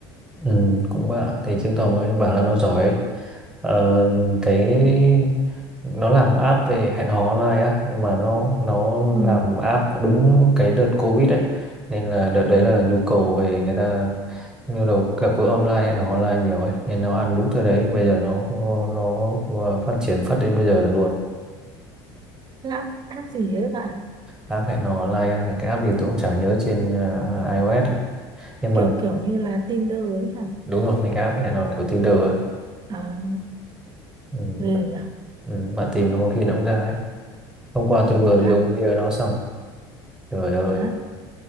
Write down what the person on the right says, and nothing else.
ừ.
làm app gì ấy bạn
kiểu
kiểu như là Tinder ấy hả
à,
ghê nhở
thế à
thế à?